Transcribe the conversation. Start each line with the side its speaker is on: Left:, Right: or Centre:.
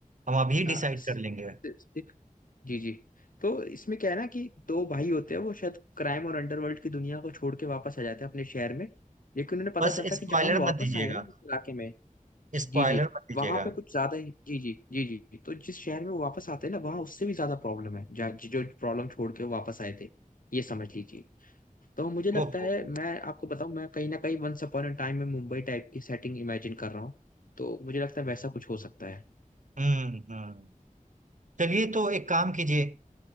Right: हम अभी डिसाइड
Left: आ, स-
Right: कर लेंगे
Left: स- जी जी तो इसमें क्या है ना कि दो भाई होते हैं वो शायद क्राइम और अंडरवर्ल्ड की दुनिया को छोड़ के वापस आ जाते हैं अपने शहर में लेकिन उन्हें पता
Right: बस
Left: चलता है
Right: स्पॉइलर
Left: कि जहां वो वापस
Right: मत दीजिएगा
Left: आए हैं ना जिस इलाके में
Right: स्पॉइलर
Left: जी जी
Right: मत दीजिएगा
Left: वहां पे कुछ ज्यादा ही जी जी जी जी तो जिस शहर में वो वापस आते हैं ना वहां उससे भी ज्यादा प्रॉब्लम है जा- जो प्रॉब्लम छोड़ के वो वापस आए थे ये समझ लीजिए तो मुझे लगता
Right: ओहो
Left: है मैं आपको बताऊं मैं कहीं ना कहीं वंस अपॉन अ टाइम में मुंबई टाइप की सेटिंग इमेजिन कर रहा हूँ तो मुझे लगता है वैसा कुछ हो सकता है
Right: हम्म हम्म चलिए तो एक काम कीजिए